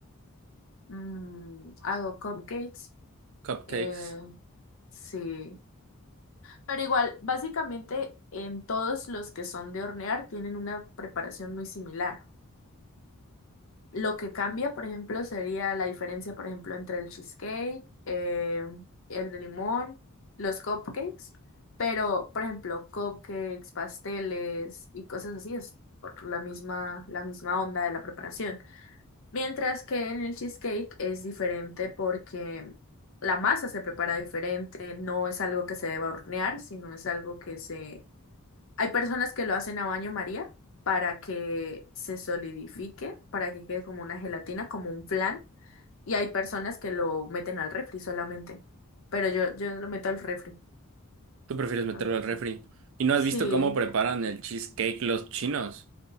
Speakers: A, on the left; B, on the right.
A: Mm, hago cupcakes.
B: cupcakes.
A: Eh, sí. Pero igual, básicamente en todos los que son de hornear tienen una preparación muy similar. Lo que cambia, por ejemplo, sería la diferencia, por ejemplo, entre el cheesecake, eh, el de limón, los cupcakes, pero, por ejemplo, cupcakes, pasteles y cosas así es por la misma, la misma onda de la preparación. Mientras que en el cheesecake es diferente porque la masa se prepara diferente, no es algo que se deba hornear, sino es algo que se hay personas que lo hacen a baño María para que se solidifique, para que quede como una gelatina, como un flan, y hay personas que lo meten al refri solamente. Pero yo, yo lo meto al refri,
B: Tú prefieres meterlo
A: a ver.
B: al
A: tam-
B: refri. ¿Y no
A: Sí,
B: has visto cómo preparan el cheesecake los chinos?